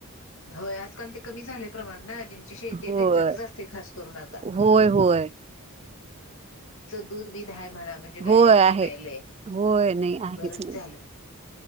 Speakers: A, on the left (about 60°); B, on the right (about 30°).
A: होय आज काल ते कमी झाले. प्रमाण शती
B: होय
A: त्यांच्यात अस ख करून आ का
B: होय होय
A: दुधीधा मला म्हणजे काय
B: होय
A: हे
B: आहे
A: नाही लय
B: होय नाही आहेच
A: बरच
B: नाही
A: झालं